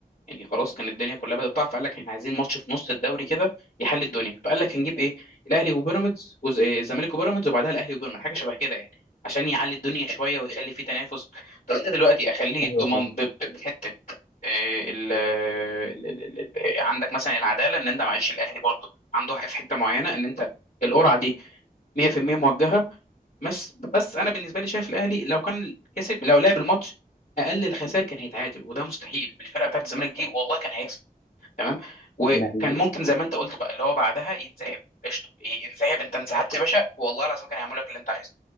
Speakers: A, on the left; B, on the left.
A: يعني خلاص كان الدنيا كلها بدأت تقع فقال لك احنا عايزين ماتش في نص الدوري كده يحل الدنيا فقال لك هنجيب ايه الاهلي وبيراميدز وز- إيه، الزمالك وبيراميدز وبعدها الاهلي وبيراميدز حاجه شبه كده يعني عشان يعلي الدنيا شويه ويخلي فيه تنافس طب انت دلوقتي اخليه
B: ايوه
A: ضمان
B: فعلا
A: ب- ب- بحته إيه، ال ال- ال- ال- ال- آه، عندك مثلا العداله ان انت معلش الاهلي برضه عنده حق في حته معينه ان انت القرعه دي 100% موجهه بس بس انا بالنسبه لي شايف الاهلي لو كان كسب لو لعب الماتش اقل الخسائر كان هيتعادل وده مستحيل بالفرقه بتاعت الزمالك دي والله كان هيكسب تمام وكان
B: ما هي
A: ممكن زي ما انت قلت بقى اللي هو بعدها ينسحب قشطه إيه، ينسحب انت انسحبت يا باشا والله العظيم كان هيعمل لك اللي انت عايزه